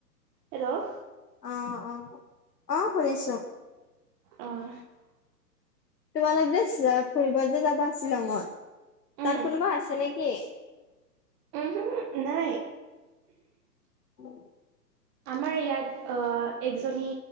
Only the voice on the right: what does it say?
হেল্ল'।
আহ।
উম,
উহো নাই।
আমাৰ ইয়াত অ' একজনী